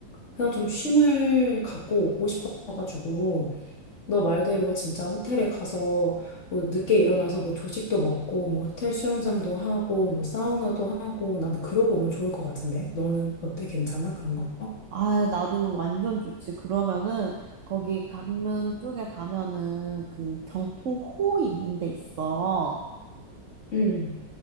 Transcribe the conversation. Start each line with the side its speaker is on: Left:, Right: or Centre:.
Left: 그냥 좀 쉼을 갖고 오고 싶어가지고, 너 말대로 진짜 호텔에 가서 뭐 늦게 일어나서 뭐 조식도 먹고 뭐 호텔 수영장도 하고 뭐 사우나도 하고 나는 그러고 오면 좋을 것 같은데 너는 어때? 괜찮아? 그런 거?
Right: 아, 나도 완전 좋지. 그러면은, 거기 강릉 쪽에 가면은 그 경포호 있는 데 있어.
Left: 응,